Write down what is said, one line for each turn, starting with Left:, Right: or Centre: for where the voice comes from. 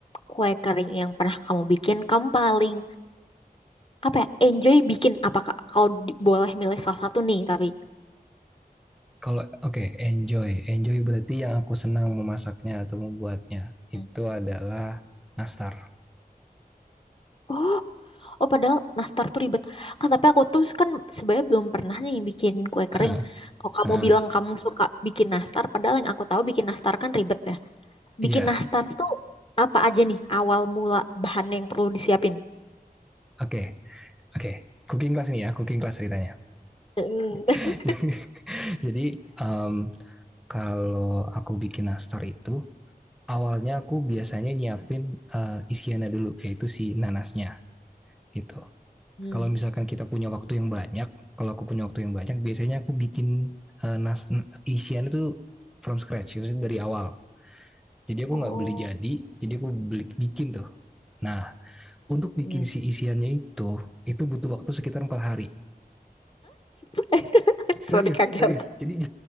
Left: kue kering yang pernah kamu bikin, kamu paling apa ya? Enjoy bikin apa Kak? Kalau di- boleh milih salah satu nih tapi.
Centre: Kalau, oke, okay, enjoy. Enjoy berarti yang aku senang memasaknya atau membuatnya.
Left: Hmm.
Centre: Itu adalah nastar.
Left: Oh, oh padahal nastar tuh ribet. Kak, tapi aku tuh kan sebenarnya belum pernah nih bikin kue
Centre: Heeh,
Left: kering.
Centre: heeh.
Left: Kalau kamu
Centre: Iya, uh,
Left: bilang
Centre: uh,
Left: kamu suka bikin nastar, padahal yang aku tahu bikin nastar kan ribet ya.
Centre: yeah.
Left: Bikin nastar tuh apa aja nih awal mula bahan yang perlu disiapin?
Centre: oke, Okay, oke. Okay. Cooking class nih ya, cooking class ceritanya.
Left: Mm.
Centre: <laughs>
Left: <laughs>
Centre: Jadi, em, kalau aku bikin nastar itu, awalnya aku biasanya nyiapin eh, isiannya dulu, yaitu si nanasnya gitu.
Left: Hmm.
Centre: kalau misalkan kita punya waktu yang banyak, kalau aku punya waktu yang banyak, biasanya aku bikin eh, nas isian itu from scratch, maksudnya dari awal. Jadi aku
Left: Oh.
Centre: nggak beli jadi, jadi aku beli bikin tuh. Nah, untuk bikin
Left: Hmm.
Centre: si isiannya itu, itu butuh waktu sekitar empat hari.
Left: <laughs>
Centre: Serius,
Left: Sorry kaget.
Centre: serius. Jadi